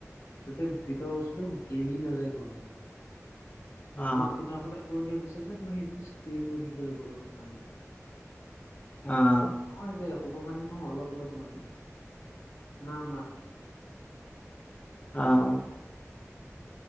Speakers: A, on the left; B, on the left.
A: যাতে, ভিতৰৰ বস্তুটো গেলি নাযায়, গৰমত।
B: অ
A: মানে, ফুটা-ফুটা কৰি দিয়াৰ পিছত যে, তুমি সেইটো স্প্ৰে কৰি থাকিব লাগিব, অলপ-অলপ পানী।
B: অ'!
A: <unintelligible> যে, এসোপা পানী নহয়, অলপ-অলপ মানে, নাম মাত্ৰ।
B: অ'!